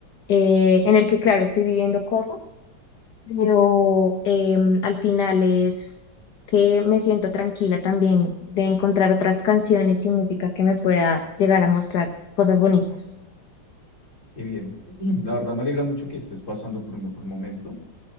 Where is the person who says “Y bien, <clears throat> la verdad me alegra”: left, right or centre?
Left